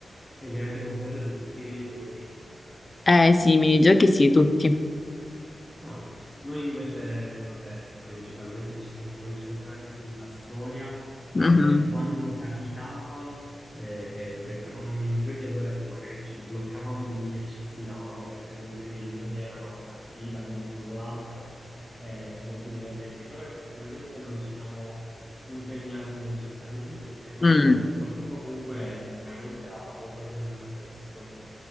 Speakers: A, in the centre; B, on the left.
A: E li avete completati tutti i minigiochi?
B: Eh sì, i minigiochi sì, tutti.
A: Ah, noi invece, vabbè, principalmente ci siamo concentrati sulla storia.
B: Mhm.
A: eh, quando capitava eh, che beccavamo i minigiochi, allora sì, magari ci bloccavamo lì e ci sfidavamo, perché comunque i minigiochi erano una sfida l'uno contro l'altro, eh, molto divertenti. Però effettivamente non ci siamo impegnati nel cercarli tutti, perché secondo
B: Mm.
A: me qualcuno comunque sicuramente era molto ben nascosto.